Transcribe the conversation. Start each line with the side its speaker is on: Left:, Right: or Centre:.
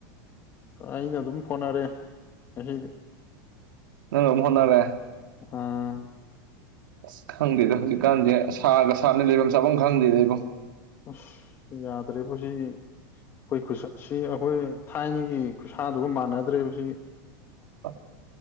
Left: ꯑꯩꯅ ꯑꯗꯨꯝ ꯍꯣꯠꯅꯔꯦ ꯉꯁꯤꯗꯤ
Right: ꯅꯪꯑꯝ ꯍꯣꯅꯔꯦ
Left: ꯎꯝ
Right: ꯑꯁ ꯈꯪꯗꯦꯗ ꯍꯧꯖꯤꯛꯀꯥꯟꯖꯦ ꯁꯥꯒ ꯁꯥꯕꯅꯦ ꯂꯩꯕꯝ ꯆꯥꯕꯝ ꯈꯪꯗꯦꯗ ꯏꯕꯣ
Left: ꯑꯁ ꯌꯥꯗ꯭ꯔꯦꯕꯣ ꯁꯤꯗꯤ ꯈꯣꯏ ꯈꯨꯁ ꯁꯤ ꯑꯈꯣꯏ ꯊꯥꯏꯅꯒꯤ ꯈꯨꯠꯁꯥꯗꯨꯒ ꯃꯥꯟꯅꯗ꯭ꯔꯦꯕꯣꯁꯤ
Right: ꯑ